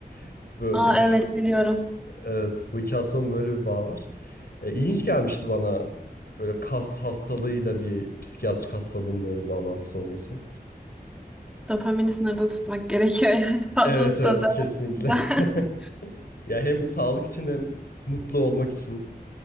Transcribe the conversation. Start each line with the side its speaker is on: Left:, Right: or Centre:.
Left: <laughs> Böyle
Centre: Aa
Left: bu iki,
Centre: evet biliyorum.
Left: evet, bu iki hastalığın böyle bir bağı var. Ee, ilginç gelmişti bana böyle kas hastalığıyla bir psikiyatrik hastalığın böyle bir bağlantısı olması.
Centre: Dopamini sınırda tutmak gerekiyor yani <laughs> fazlası
Left: Evet evet
Centre: da zararlı
Left: kesinlikle.
Centre: da.
Left: <laughs>
Centre: <laughs>
Left: Ya hem sağlık için hem mutlu olmak için